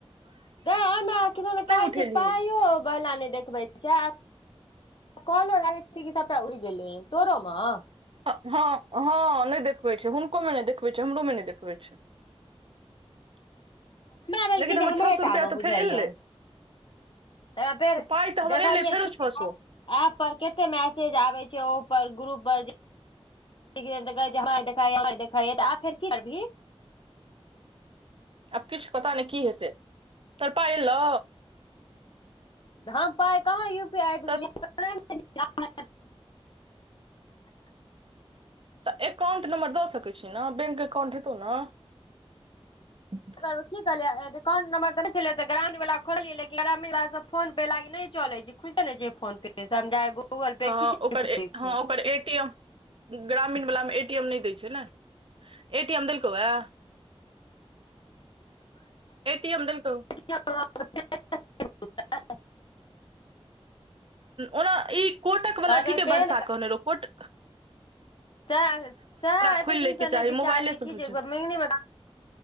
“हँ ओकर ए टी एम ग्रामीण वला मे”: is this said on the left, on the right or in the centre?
Right